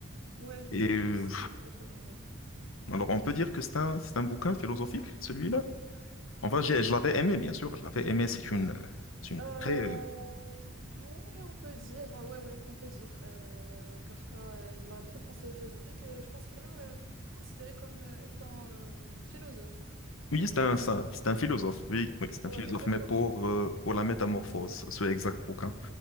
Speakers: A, on the right; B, on the left.
A: ouais, j'ai
B: Et
A: lu
B: euh,
A: aussi, j'ai beaucoup aimé.
B: alors, on peut dire que c'est un, c'est un bouquin philosophique, celui-là. Enfin, j'ai- je l'avais aimé, bien sûr, je l'avais aimé. C'est une, c'est une
A: Euh,
B: très
A: oui, on peut dire, euh, ouais, ouais, on peut dire. euh, Kafka, euh, il a beaucoup de pensées philosophiques et je pense qu'il est même euh, considéré comme euh, étant euh, philosophe
B: Oui,
A: euh,
B: c'est un,
A: dans ses...
B: c'est un c'est un philosophe. Oui, oui, c'est
A: Ouais,
B: un philosophe,
A: exactement.
B: mais pour, euh, pour la métamorphose, c'est exact pour quand?